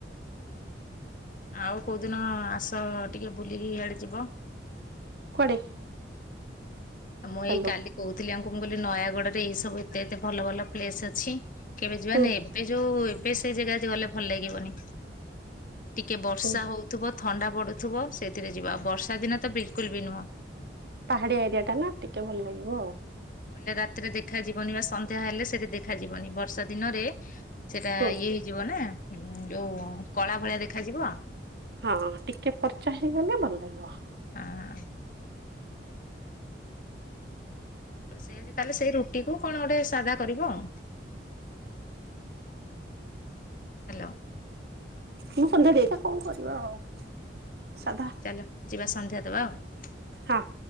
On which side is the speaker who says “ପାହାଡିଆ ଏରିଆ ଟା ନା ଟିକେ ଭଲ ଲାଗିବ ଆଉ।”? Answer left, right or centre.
Right